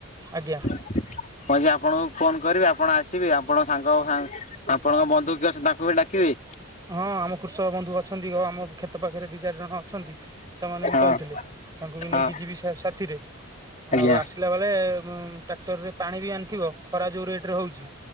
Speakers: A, on the right (about 15°); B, on the left (about 35°).
A: ଆଜ୍ଞା।
B: ଯଦି ଆପଣଙ୍କୁ ଫୋନ କରିବେ ଆ ଆପଣ ଆସିବେ ଆପଣଙ୍କ ସାଙ୍ଗ ସା ଆପଣଙ୍କ ବନ୍ଧୁ କିଏ ଅଛି ତାଙ୍କୁ ବି ଡାକିବି।
A: ହଁ ଆମ କୃଷକ ବନ୍ଧୁ ଅଛନ୍ତି ଵା ଆମ କ୍ଷେତ ପାଖରେ ଦି ଚାରି ଜଣ ଅଛନ୍ତି, ସେମାନେ ବି
B: ହଁ
A: କହୁଥିଲେ, ତାଙ୍କୁ ବି ନେଇକି
B: ହଁ
A: ଯିବି ସାଥିରେ।
B: ଆଜ୍ଞା
A: ଆଉ ଆସିଲା ବେଳେ ଉମ ଟ୍ରାକ୍ଟରରେ ପାଣି ବି ଆଣିଥିବ ଖରା ଯୋଉ ରେଟ ରେ ହଉଛି।